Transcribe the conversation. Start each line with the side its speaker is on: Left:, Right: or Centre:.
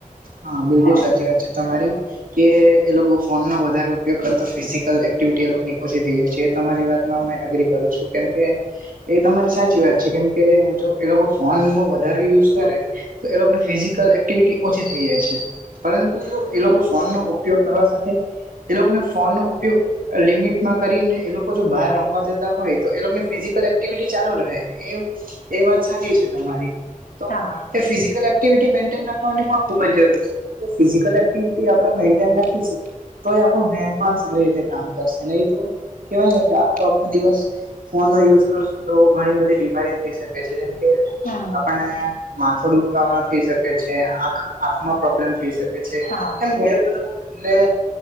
Right: હા બિલકુલ
Left: હેને
Right: સાચી વાત છે તમારી કે એ લોકો ફોનનો વધારે ઉપયોગ કરો તો ફિઝિકલ એક્ટિવિટી એ લોકની ઓછી થઈ જાય છે એ તમારી વાતમાં હું એગ્રી કરું છું. કેમ કે એ તમારી સાચી વાત છે કેમકે જો એ લોકો ફોનમાં વધારે યુઝ કરે એ લોકોને ફિઝિકલ એક્ટિવિટી ઓછી થઈ જાય છે પરંતુ જો એ લોકો ફોનનો ઉ ઉપયોગ કરવા સાથે એ લોકોના ફોનનો ઉપયોગ લિમિટમાં કરીને એ લોકો જો બહાર રમવા જતા હોય તો એ લોકોની ફિઝિકલ એક્ટિવિટી ચાલુ રહે એ એ વાત સાચી છે તમારી
Left: હા
Right: તે ફિઝિકલ એકટીવેટી મેન્ટેન રાખવાની પણ ખુબજ જરૂરી છે ફિઝિકલ એક્ટિવિ આપણે મેન્ટન રાખીશું તો એ આપણ માઈન્ડપણ સારી રીતે કામ કરશે એ કેવાયને કે આખો આખો દિવસ ફોનનો યુઝ કરશું તો ઘણી બધી બીમારી થઈ શકે છે જેમ કે
Left: હા
Right: આપણને માથો દુખાવાનો થઈ શકે છે આંખ આંખમાં પ્રોબ્લેમ થઈ શકે થઈ શકે છે
Left: હા
Right: તેમ ઘણું બધું ને